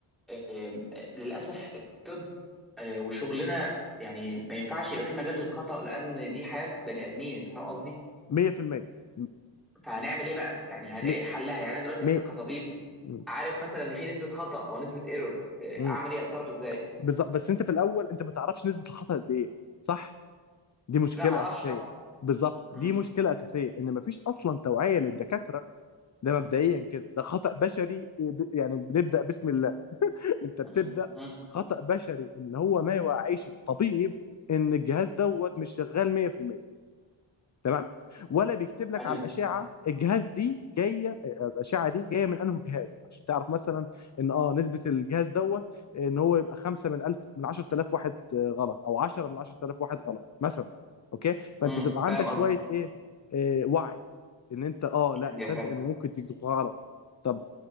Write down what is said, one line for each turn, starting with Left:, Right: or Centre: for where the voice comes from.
Centre: آم، للاسف الطب آه، وشغلنا يعني ما ينفعش يبقى فيه مجال للخطأ لان دي حياة بني ادمين انت فاهم قصدي
Left: 100% م-
Centre: فهنعمل ايه بقى يعني هن- ايه
Left: م- م-
Centre: حلها يعني انا دلوقتي
Left: مية
Centre: مثلا كطبيب
Left: م-
Centre: عارف مثلا ان في نسبة خطأ او نسبة ايرور اعمل
Left: م.
Centre: ايه اتصرف ازاي
Left: بالظبط بس انت في الاول انت ما تعرفش نسبه الخطا قد ايه صح دي مشكله
Centre: لا ما اعرفش
Left: اساسيه
Centre: طبعا
Left: بالظبط
Centre: امم
Left: دي مشكله اساسيه ان مفيش اصلا توعيه للدكاتره ده مبدئيا كده ده خطا بشري آه، ب- يعني بنبدا بسم الله انت بتبدا
Centre: امم امم
Left: خطا بشري ان هو ما يوعيش الطبيب ان الجهاز دوت مش شغال 100% تمام ولا بيكتب لك
Centre: ايوه
Left: على الاشعه الجهاز دي جايه الاشعه دي جايه من انه جهاز عشان تعرف مثلا ان اه نسبه الجهاز دوت ان هو يبقى 5 من 1000 من 10000 واحد آه، غلط او 10 من 10000 واحد غلط مثلا اوكي فانت
Centre: امم
Left: تبقى عندك
Centre: فاهم
Left: شويه
Centre: قصدك
Left: ايه آه، وعي ان انت اه لا
Centre: ايوه
Left: تصدق
Centre: فاهم
Left: ان ممكن تكتب غلط طب